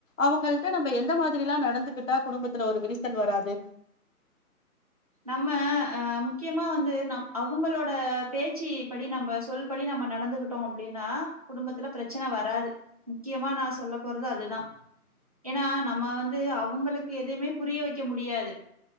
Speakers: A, on the left; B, on the right.
A: அவங்கள்ட்ட நம்ம எந்த மாதிரிலா நடந்துகிட்டா குடும்பத்துல ஒரு விரிசல் வராது
B: நம்ம அ முக்கியமா வந்து நம் அவங்களோட பேச்சு படி நம்ம சொல்படி நம்ம நடந்துகிட்டோ அப்டின்னா குடும்பத்துல பிரச்சனை வராது முக்கியமா நா சொல்ல போறது அதுதா ஏனா நம்ம வந்து அவங்களுக்கு எதைமே புரிய வக்க முடியாது